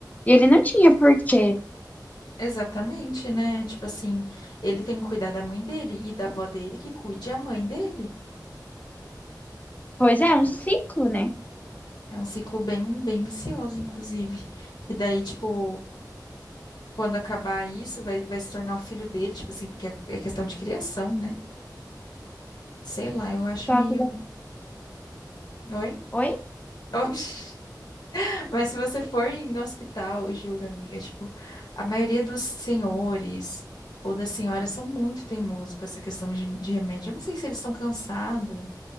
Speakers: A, on the left; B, on the left.
A: E ele não tinha porquê.
B: Exatamente, né? Tipo assim, ele tem que cuidar da mãe dele e da avó dele que cuide a mãe dele.
A: Pois é, um ciclo, né?
B: É um ciclo bem, bem vicioso, inclusive. E daí, tipo, quando acabar isso, vai, vai se tornar o filho dele, tipo assim, porque é é questão de criação, né? Sei lá, eu acho
A: Só
B: meio.
A: que.
B: Oi?
A: Oi?
B: Oxi. <laughs> Mas se você for em hospital, eu juro, amiga, tipo, a maioria dos senhores ou das senhoras são muito teimosos com essa questão de, de remédio. Eu não sei se eles estão cansados.